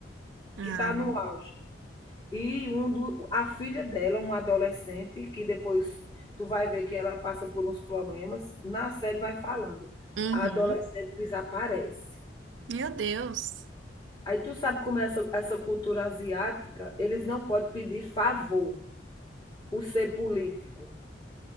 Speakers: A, on the right; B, on the left.
A: Ah.
B: que está no auge. E um do, a filha dela, uma adolescente, que depois tu vai ver que ela passa por uns problemas, na série vai falando.
A: Uhum.
B: A adolescente desaparece.
A: Meu Deus.
B: Aí tu sabe como é essa, essa cultura asiática, eles não podem pedir favor por ser político.